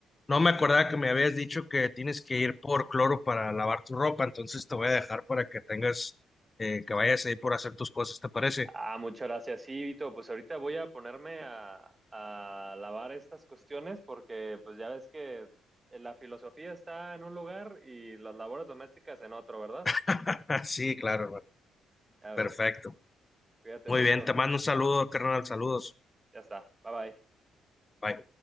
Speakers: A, on the left; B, on the right.
A: no me acordaba que me habías dicho que tienes que ir por cloro para lavar tu ropa, entonces te voy a dejar para que tengas, eh, que vayas a ir por hacer tus cosas, ¿te parece?
B: Ah, muchas gracias. Sí, Vito, pues ahorita voy a ponerme a, a lavar estas cuestiones porque pues ya ves que eh, la filosofía está en un lugar y las labores domésticas en otro, ¿verdad?
A: <laughs> Sí, claro, hermano.
B: Ya
A: Perfecto.
B: ves. Cuídate
A: Muy
B: mucho.
A: bien, te mando un saludo, carnal, saludos.
B: Ya está. Bye bye.
A: Bye.